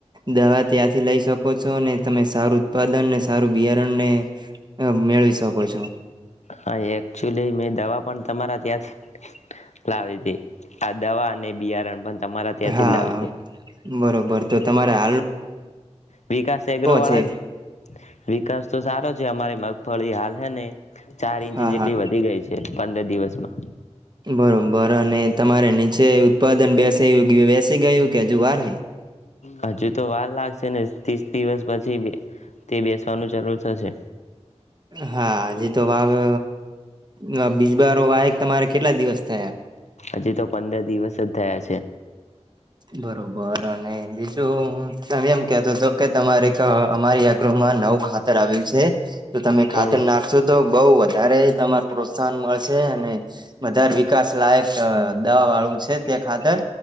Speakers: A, on the right (about 40°); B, on the left (about 75°).
A: દવા ત્યાંથી લઈ શકો છો અને તમે સારું ઉત્પાદનને સારું બિયારણને મેળવી શકો છો
B: હા એકચુલી મેં દવા પણ તમારા ત્યાંથી લાવી હતી આ દવા અને બિયારણ પણ તમારા ત્યાંથી
A: હા
B: જ લાવી હતી
A: બરોબર તો તમારે હ
B: વિકાસ એગ્રો વાળા
A: છે
B: જ વિકાસ તો સારો જે અમારી મગફળી હાલ હૈ ને ચાર ઇંચ
A: હા
B: જેટલી
A: હા
B: વધી ગઈ છે પંદર દિવસમાં
A: બરોબર અને તમારે નીચે ઉત્પાદન બેસે બેસી ગયું કે હજુ વાર
B: હજીુ તો વાર લાગશે ને ત્રીસ દિવસ પછી તે બેસવાનું ચરૂુ થશે
A: હાજ તો વાવે હ બીજ બર વાયક તમારે કેટલા દિવસ થયા
B: હજી તો પંદર દિવસ જ તેજ
A: બરોબર અને બીજું તમે એમ કતો તો કે તમારે અમારી આગૃહમાં નવુ ખાતર આવેલ તો તમે ખાતર
B: કયું
A: નાખશો તો બહ વધારે તમારે પ્રોત્સાહન મળશે અને વધારે વિકાસ લાયક દવા વાળું છે તે ખાતર